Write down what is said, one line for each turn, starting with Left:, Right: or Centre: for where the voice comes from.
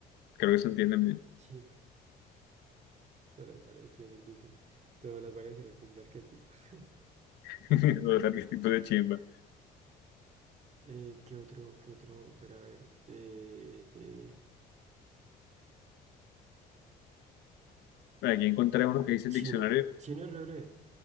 Left: Creo que se entienden bien.
Right: Chimba. Son las variaciones, dice. Todas las variaciones con sus arquetipos. <laughs>
Left: <laughs> Los arquetipos de chimba.
Right: Eh, ¿qué otro, qué otro? Pero a ver. eh, eh,
Left: Bueno, aquí encontré uno que dice
Right: chino.
Left: el diccionario.
Right: Chino es re breve.